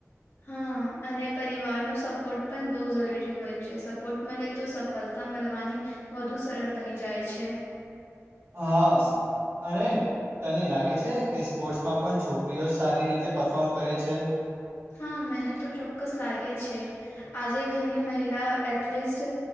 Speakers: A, on the left; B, on the right.
A: હા અને પરિવાર ન સપોર્ટ પણ બહુ જરૂરી હોય છે, સપોર્ટ મળે તો સફળતા મળવાની વધુ સરળ બની જાય છે,
B: હા અને તને લાગે છે કે સ્પોર્ટ્સમાં પણ છોકરીઓ સારી રીતે પરફોર્મ કરે છે.
A: હા, મને તો ચોક્કસ લાગે છે આજે ઘણી મહિલા એથલીટ